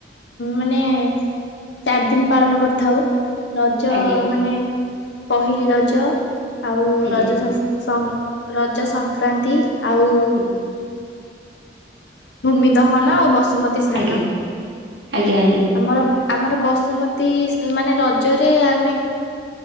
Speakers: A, on the left (about 75°); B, on the right (about 75°).
A: ମାନେ ଚାରି ଦିନ୍ ପାଳନ କରିଥାଉ। ରଜ
B: ଆଜ୍ଞା
A: ମାନେ ପହିଲି ରଜ ଆଉ
B: ଆଜ୍ଞା
A: ରଜ ସନ୍ ସ ରଜ ସଂକ୍ରାନ୍ତି ଆଉ
B: ଆଜ୍ଞା
A: ଭୂମି ଦହନ ଆଉ ବସୁମତୀ ସ୍ନାନ
B: ଆଜ୍ଞା ଆଜ୍ଞା
A: ଆମର ଆମର ବସୁ ବସୁମତୀ ମାନେ ରଜରେ ଆ